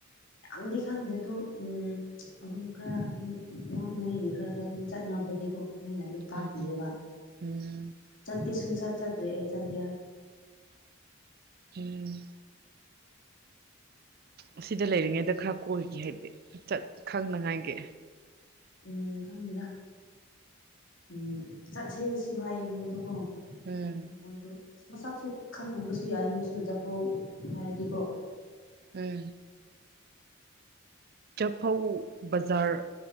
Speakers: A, on the left; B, on the right.
A: ꯌꯥꯝꯗꯤ ꯈꯪꯗꯦ ꯇꯣ ꯎꯝ ꯑꯗꯨꯝ ꯈꯔ ꯑꯗꯨꯝ ꯃꯣꯏꯒꯤ ꯈꯔ ꯈꯔ ꯑꯗꯨꯝ ꯆꯠꯅꯕꯗꯤꯀꯣ ꯃꯣꯏꯅ ꯑꯗꯨꯝ ꯇꯥꯛꯄꯤꯑꯕ
B: ꯎꯝ ꯎꯝ
A: ꯆꯠꯇꯦ ꯁꯨꯡꯆꯠ ꯆꯠꯇ꯭ꯔꯦ ꯑꯩ ꯆꯟꯗꯦꯜ
B: ꯎꯝ ꯑꯁꯤꯗ ꯂꯩꯔꯤꯉꯩꯗ ꯈꯔ ꯀꯣꯏꯒꯦ ꯍꯥꯏꯗꯤ ꯆꯠ ꯈꯪꯅꯉꯥꯏꯒꯤ
A: ꯎꯝ ꯈꯪꯗꯦꯗ ꯎꯝ ꯆꯠꯁꯦꯁꯨꯨ ꯍꯥꯏꯌꯦ ꯃꯣꯏꯗꯨꯒꯣ
B: ꯎꯝ
A: ꯃꯣꯏꯗꯣ ꯑꯁ ꯃꯁꯥꯛꯁꯨ ꯈꯪꯍꯟꯕꯁꯨ ꯌꯥꯏ ꯅꯣꯏꯁꯨ ꯖꯐꯧ ꯍꯥꯏꯔꯗꯤꯀꯣ
B: ꯎꯝ ꯆꯐꯧ ꯕꯖꯥꯔ